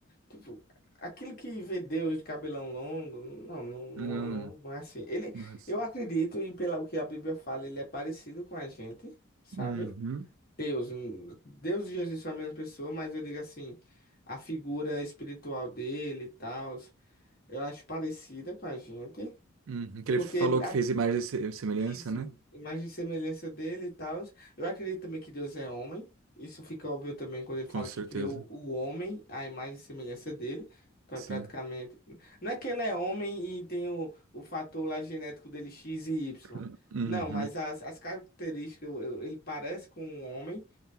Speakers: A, on the left (about 45°); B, on the right (about 80°).
A: tipo, aquilo que vê Deus de cabelão longo, não, não, não,
B: Hum,
A: não, não é assim. Ele,
B: nossa.
A: eu acredito, e pelo que a Bíblia fala, ele é parecido com a gente, sabe?
B: Uhum.
A: Deus, hum, Deus e Jesus são a mesma pessoa, mas eu digo assim, a figura espiritual dele e tal, eu acho parecida com a gente,
B: Uhum. Que ele
A: porque
B: falou
A: ele,
B: que fez imagem e se- semelhança,
A: isso,
B: né?
A: imagem e semelhança dele e tal. Eu acredito também que Deus é homem. Isso fica óbvio também quando ele
B: Com
A: fala
B: certeza.
A: que criou o homem, a imagem e semelhança dele. Pra-
B: Sim.
A: Praticamente. Não é que ele é homem e tem o, o fator lá genético dele X e Y.
B: <laughs> Uhum.
A: Não, mas as, as características, eu- eu- ele parece com um homem.